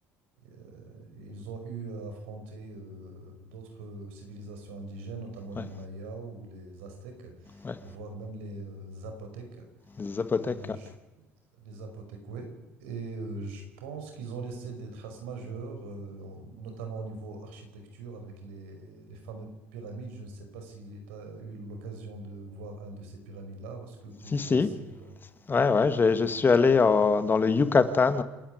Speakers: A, on the right; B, on the left.
A: euh, ils ont eu à affronter euh, d'autres civilisations indigènes, notamment les
B: ouais,
A: Mayas ou les Aztèques,
B: ouais.
A: voire même les euh, Zapotèques.
B: Les Zapotèques.
A: Euh,
B: ouais.
A: je les Aztèques, oui. Et euh, je pense qu'ils ont laissé des traces majeures, euh, en- notamment au niveau architecture, avec les, les fameuses pyramides. Je ne sais pas si tu as eu l'occasion de voir un de ces pyramides-là, parce que pour
B: Si,
A: moi,
B: si.
A: c'est... euh,
B: Ouais, ouais. j'ai- Je suis allé euh, dans le Yucatan,